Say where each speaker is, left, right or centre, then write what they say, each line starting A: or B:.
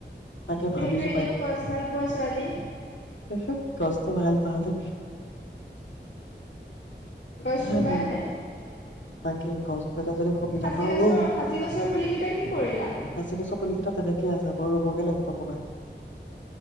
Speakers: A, on the left; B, on the left.
A: তাকে
B: তুমিতো
A: ভাবিছোঁ
B: এনেও গছ ভাল পোৱা ছোৱালী
A: <unintelligible> গছ মই ভাল পাওঁতে
B: গছ
A: হে
B: ৰুবা
A: বৌ,
B: নে নাই?
A: তাকে গছ এটা যদি খুব
B: খাচী
A: তাপা
B: গছৰ
A: ৰুম,
B: খাচী গছৰ পুলি কেইটা কি কৰিলা?
A: আছেগে চব পুলিকেইটা তেনেকেই আছে, মই ৰোব গেলে <inaudible>